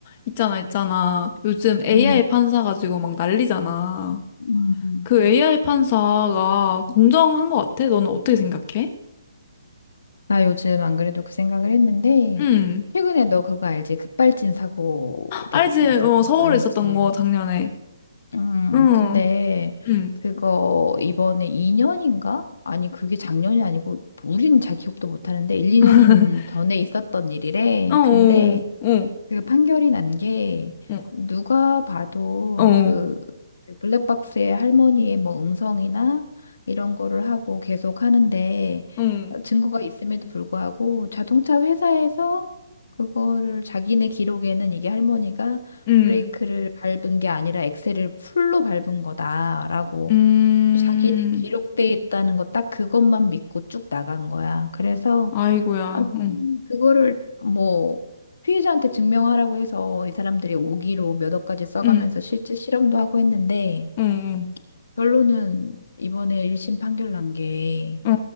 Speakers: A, on the left; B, on the left.
A: 있잖아, 있잖아. 요즘 AI
B: 음,
A: 판사 가지고 막 난리잖아.
B: 음, 음.
A: 그 AI 판사가 공정한 것 같아? 너는 어떻게 생각해?
B: 나 요즘 안 그래도 그 생각을 했는데,
A: 응.
B: 최근에 너 그거 알지? 급발진 사고 됐,
A: 알지?
B: 났었던
A: 어, 서울에
B: 거 알지?
A: 있었던 거 작년에.
B: 음,
A: 응.
B: 근데
A: 응.
B: 그거 이번에 2년인가? 아니, 그게 작년이 아니고, 우리는 잘 기억도 못 하는데, 1, 2년
A: <laughs>
B: 전에 있었던 일이래.
A: 어, 어,
B: 근데
A: 어,
B: 그 판결이 난 게
A: 어,
B: 누가 봐도
A: 어,
B: 그 블랙박스의 할머니의 뭐 음성이나 이런 거를 하고 계속 하는데
A: 응,
B: 증거가 있음에도 불구하고 자동차 회사에서 그거를 자기네 기록에는 이게 할머니가
A: 응,
B: 브레이크를 밟은 게 아니라 엑셀을 풀로 밟은 거다라고
A: 음,
B: 자기네 기록돼 있다는 거 딱 그것만 믿고 쭉 나간 거야. 그래서
A: 아이고야,
B: 아,
A: 응,
B: 음, 그거를 뭐 피해자한테 증명하라고 해서 이 사람들이 오기로 몇 억까지 써가면서
A: 응,
B: 실제 실험도 하고 했는데
A: 응,
B: 결론은 이번에 1심 판결 난 게
A: 응,